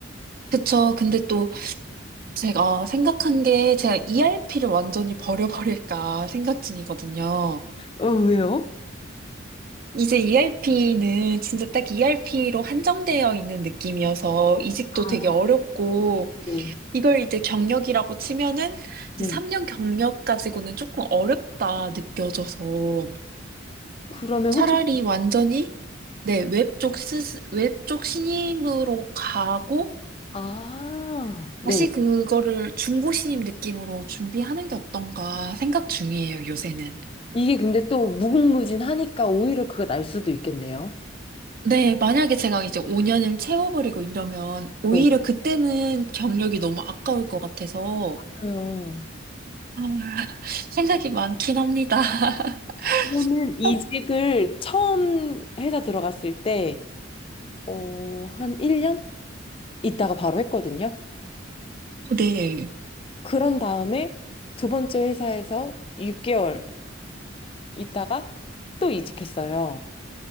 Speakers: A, on the right (about 50°); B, on the left (about 30°).
A: 그쵸. 근데 또 제가 생각한 게 제가 ERP를 완전히 버려버릴까 생각 중이거든요.
B: 어, 왜요?
A: 이제 ERP는 진짜 딱 ERP로 한정되어 있는 느낌이어서 이직도
B: 아,
A: 되게 어렵고
B: 네.
A: 이걸 이제 경력이라고 치면은
B: 네.
A: 이제 3년 경력 가지고는 조금 어렵다 느껴져서
B: 그러면
A: 차라리
B: 혹시,
A: 완전히 네, 웹쪽 스, 웹쪽 신임으로 가고
B: 아, 네.
A: 다시 그거를 중고 신임 느낌으로 준비하는 게 어떤가 생각 중이에요, 요새는.
B: 이게 근데 또 무궁무진하니까 오히려 그가 날 수도 있겠네요.
A: 네, 만약에 제가 이제 5년을 채워버리고 이러면 오히려
B: 네.
A: 그때는 경력이 너무 아까울 것 같아서
B: 그래요.
A: 아, <laughs> 생각이 많긴 합니다. <laughs>
B: 저는 이직을
A: 어,
B: 처음 회사 들어갔을 때, 어, 한 1년 있다가 바로 했거든요.
A: 네.
B: 그런 다음에 두 번째 회사에서 6개월 있다가 또 이직했어요.